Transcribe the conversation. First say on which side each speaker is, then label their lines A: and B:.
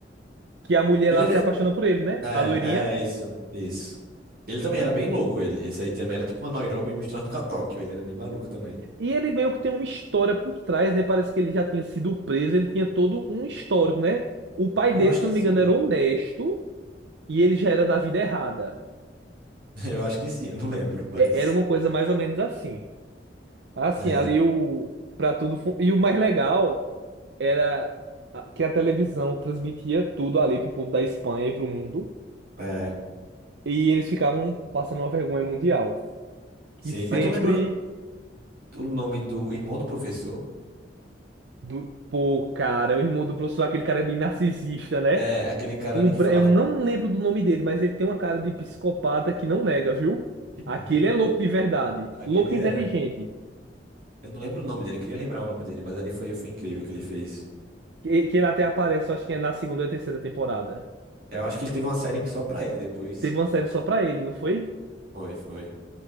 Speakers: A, on the right; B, on the right.
A: que a mulher
B: Ele
A: lá
B: era.
A: se apaixona por ele, né?
B: É,
A: A loirinha.
B: é é isso, isso. Ele também era bem louco, ele. Esse aí também era tipo uma Nairobi misturado com a Tóquio. Ele era meio maluco também.
A: E ele meio que tem uma história por trás, né? Parece que ele já tinha sido preso, ele tinha todo um histórico, né? O pai
B: Eu
A: dele,
B: acho
A: se
B: que
A: eu não
B: sim.
A: me engano, era honesto e ele já era da vida errada.
B: <laughs> Eu acho que sim, eu não lembro, mas.
A: É- era uma coisa mais ou menos assim. Assim,
B: É,
A: ali o. Pra tudo. fu- E o mais legal era a- que a televisão transmitia tudo ali pro povo da Espanha e pro mundo.
B: é.
A: E eles ficavam passando uma vergonha mundial. Que
B: Sim,
A: sempre.
B: mas tu lembra o nome do irmão do professor?
A: Do... Pô, cara, o irmão do professor, aquele cara bem narcisista, né?
B: É, aquele cara
A: Um...
B: ali que
A: bra-
B: falava.
A: Eu não lembro do nome dele, mas ele tem uma cara de psicopata que não nega, viu?
B: <laughs>
A: Aquele é louco de verdade.
B: Aquele
A: Louco e
B: era.
A: inteligente.
B: Eu não lembro o nome dele, queria lembrar o nome dele, mas ali foi, foi incrível o que ele fez.
A: Que, que ele até aparece, eu acho que é na segunda ou terceira temporada.
B: Eu acho que ele teve uma série só pra ele depois.
A: Teve uma série só pra ele, não foi?
B: Foi, foi.